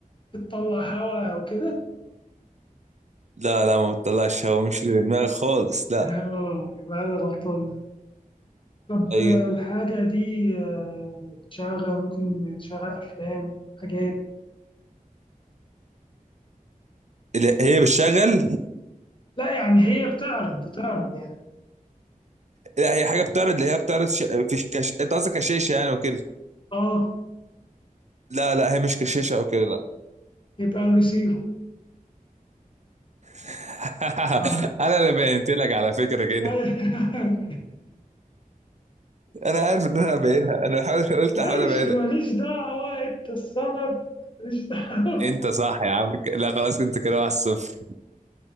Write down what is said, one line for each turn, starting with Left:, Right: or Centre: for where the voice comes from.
Left: بتطلع هواء أو كده
Right: لا لا ما بتطلعش هوا مش اللي في دماغي خالص لا
Left: اه يبقى أنا غلطان طب
Right: هي
Left: آه، الحاجة دي آه، بتشغل ممكن تشغل أفلام حاجات
Right: لا، هي بتشغل
Left: لا يعني هي بتعرض بتعرض يعني
Right: لا هي حاجه بتعرض اللي هي بتعرض ش... في كش... انت قصدك كشاشه يعني وكده
Left: اه
Right: لا لا هي مش كشاشه او كده لا
Left: يبقى الريسيفر
Right: <laughs>
Left: اه
Right: انا اللي بينت لك على فكره كده
Left: <laughs>
Right: انا عارف ان انا هبينها انا حاول قلت
Left: ماشي
Right: احاول ابينها
Left: ماليش دعوة انت السبب ماليش دعوة
Right: انت صح يا عم لا خلاص انت كده 1-0